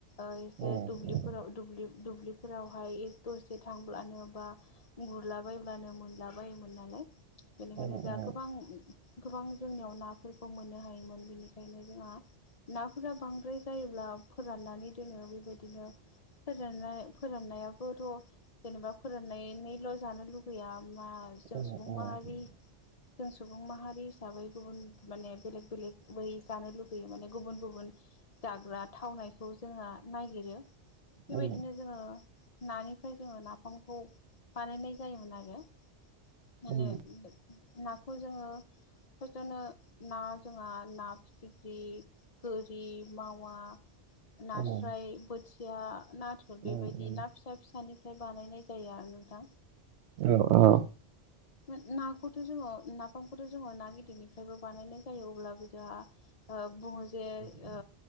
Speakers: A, on the left; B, on the right.
A: ओ एसे
B: उम
A: दुब्लिफोराव
B: उम
A: दुब्लि दुब्लिफोरावहाय एक दसे थांब्लानो बा गुरलाबायब्लानो मोनलाबायोमोन नालाय बेनिखायनो
B: उम
A: जोंहा
B: उम
A: गोबां गोबां जोंनियाव नाफोरखौ मोननो हायोमोन बेनिखायनो जोंहा नाफोरा बांद्राय जायोब्ला फोराननानै दोनो बेबायदिनो फोरनाय -फोराननायाबो थ' जेनेबा फोराननानैल' जानो लुगैया ना जों
B: उम
A: सुबुं
B: उम उम
A: माहारि जों सुबुं माहारि हिसाबै गुबुन माने बेलेक बेलेक बै जानो लुुगैयो माने गुबुन गुबुन जाग्रा थावनायखौ जोङा नायगिरो बेबायदिनो
B: उम
A: जोङो नानिफ्राय जोङो नाफामखौ बानायनाय जायोमोन आरो माने
B: उम
A: <unintelligible> नाखौ जोङो फार्स्टआवनो ना जोंहा ना फिथिख्रि गो रि मावा
B: उम
A: नास्राय
B: उम
A: बोथिया नाथुर बेबायदि
B: उम
A: ना फिसा फिसानिफ्राय बानायनाय जायो आरो नोंथां
B: औ औ
A: <unintelligible> ना खौथ' जोङो नाफामखौथ' जोङो ना गिदिरनिफ्रायबो बानायनाय जायो अब्लाबो जोहा ओ बुङो जे ओ
B: औ